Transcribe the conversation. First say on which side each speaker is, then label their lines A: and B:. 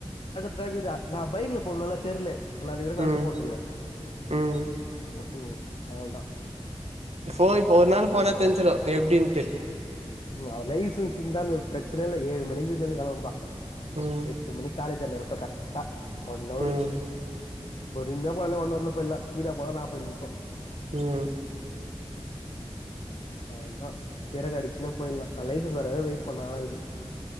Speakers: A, on the left; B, on the right.
A: க்குதா நா பைக்ல போனதுனால தெர்லே நா இது வரைக்கு நடந்து
B: ம்
A: போன்து இல்ல
B: ம்
A: ம்க்கு அவ்ளுதா
B: இப்போ இப்ப ஒரு நாள் போனா தெரிஞ்சிடு எப்டின்ட்டு
A: ம் அவ லைசன்ஸ் இருந்தா ந்த ப்ரச்சனையே இல்லே ஏழு மணிக்கு வீட்லருந்து கெளம்பபா
B: ம்
A: எட்டு மணிக்கு காலேஜ் அங்கிருப்ப கர்ட்டா ஒண்ணவரு
B: ம்
A: பொறுமையா போனினா ஒண்ணவர்ல போயிர்லா ஸ்பீடா போன நாப்பது நிம்ஷோ
B: ம்
A: அவள்தா சிறகு அடிச்சுனே போயிர்லா லைசன்ஸ் வரவரையு வெயிட் பண்ணனு அதா விதி